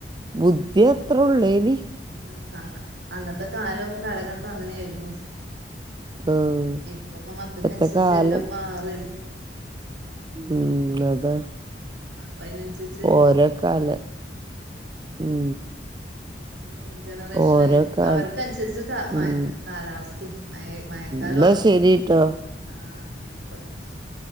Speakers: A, on the right; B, on the right.
A: ബുദ്ധി അത്രോള്ളേനി
B: ഉം സാരല്ല അന്നത്തെ കാലും കാലഘട്ടവും അങ്ങനായിരുന്നു
A: ആഹ്
B: ഇപ്പൊക്കെ മക്കക്ക്
A: ഇപ്പത്തെ
B: അന്സരിച്ച്
A: കാലം
B: എല്ലാം മാറല്ലേ
A: ഉം അതെ
B: അപ്പ അയിനന്സര്
A: ഓരോ കാല ഉം
B: ന്യൂൻജനറേഷനല്ലേ
A: ഓരോ കാലം
B: അവർക്കന്സരിച്ച് ക
A: ഉം
B: മയ കാലാവസ്ഥിം മഴ മഴക്കാല
A: ഇന്നാ ശെരിട്ടോ
B: ആഹ് ഇന്നാ ആയിക്കോട്ടേന്നാ ശെരി